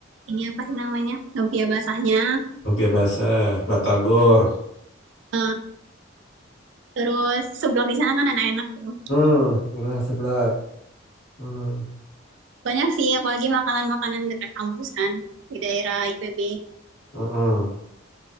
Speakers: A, on the right (about 65°); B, on the left (about 70°).
A: ini apa sih namanya? Lumpia basahnya.
B: Lumpia basah, batagor.
A: Eh, terus seblak di sana kan enak-enak tuh.
B: Hmm, benar seblak. Hmm,
A: Banyak sih apalagi makanan-makanan dekat kampus kan di daerah IPB.
B: mm-mm.